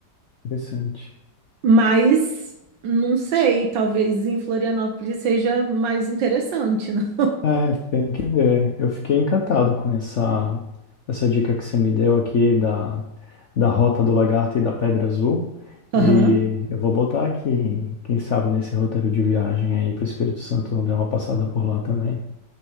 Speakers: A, on the left; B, on the right.
A: Interessante.
B: mas não sei, talvez em Florianópolis seja mais interessante, não? <laughs>
A: É, tem que ver. Eu fiquei encantado com essa, essa dica que você me deu aqui da, da Rota do Lagarto e da Pedra Azul.
B: Aham.
A: E eu vou botar aqui, quem sabe, nesse roteiro de viagem aí para o Espírito Santo, dar uma passada por lá também.